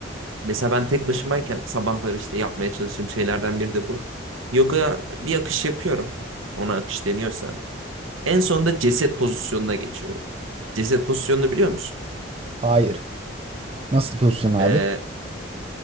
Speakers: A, on the right (about 85°); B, on the right (about 30°).
A: Mesela ben tek başımayken sabahları işte yapmaya çalıştığım şeylerden biri de bu. Yoga bir akış yapıyorum. Ona akış deniyorsa. En sonunda ceset pozisyonuna geçiyorum. Ceset pozisyonunu biliyor musun?
B: Hayır. Nasıl pozisyon abi?
A: Ee,